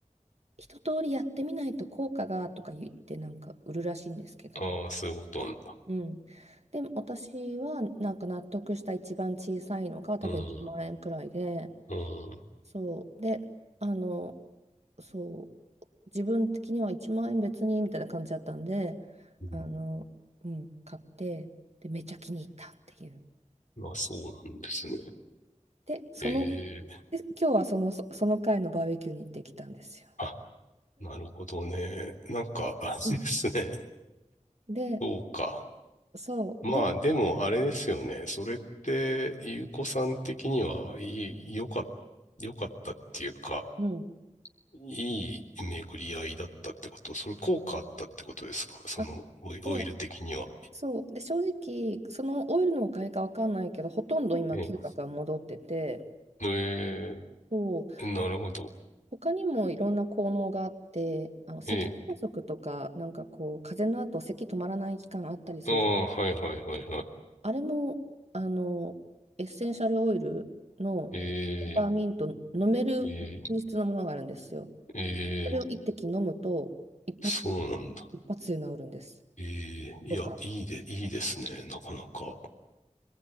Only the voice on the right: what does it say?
一通りやってみないと効果がとか言ってなんか売るらしいんですけど。
うん。で、私はなんか納得した一番小さいのが多分1万円くらいで、
そう。で、あの、そう。自分的には1万円別にみたいな感じだったんで、
あの、うん、買って、で、めっちゃ気に入ったっていう。
で、その、
で、今日はその、そその回のバーベキューに行ってきたんですよ。
うんで、
そう、
で、
うん、
あ、
で、そう、で、正直、そのオイルのおかげかわかんないけど、ほとんど今、
嗅覚が戻ってて、
そう、
他にもいろんな効能があって、あの、咳喘息とか、
なんかこう、風邪の後、咳止まらない期間あったりする
あれも、あの、エッセンシャルオイルのペパーミント、
飲める品質のものがあるんですよ。
それを一滴飲むと、一発で、
一発で治るんです。
とか。